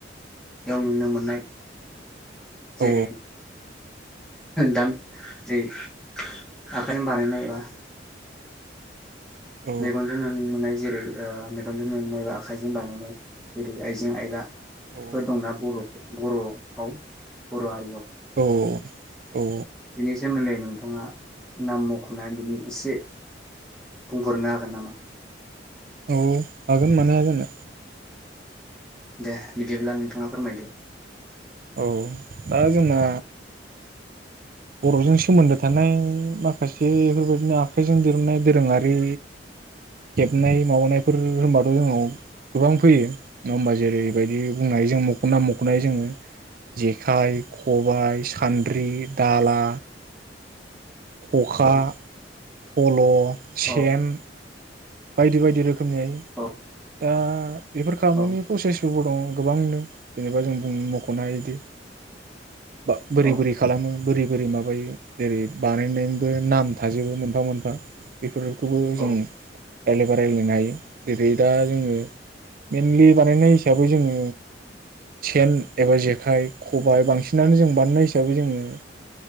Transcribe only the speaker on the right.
औ
औ
औ
औ-औ।
औ हागोन, मानो हाया जानो?
औ दा जोंना। बर'जों सोमोन्दो थानाय, माखासे बेफोरबायदिनो आखाइजों दिरुननाय दोरोङारि हेबनाय माबानायफोर होनबाथ' जोंङो गोबां फैयो नङा होमबा जेरैबायदि बुंनाय जों मख' नाम मख'नाय जोङो जेखाइ खबाइ सान्द्रि। दाला खखा
फल' सेन
बायदि बायदि रो खोमै
दा बेफोर खालामनायनि
प्रसेसफोरबो दङ। गोबांनो जेनेबा जों बुं मख'नो हायोदि बा बोरै
बोरै खालामो बोरै बोरै मायो माबायो जेरै बानायनायनिबो नाम थाजोबो मोनफा मोनफा बेफोर खौबो जोंङो
रायलायबा रायज्लायनो हायो जेरै दा जोङो मेनलि बानायनाय हिसाबै जोङो सेन एबा जेखाइ खबाइ बांसिनानो जों बानायनाय हिसाबै जोङो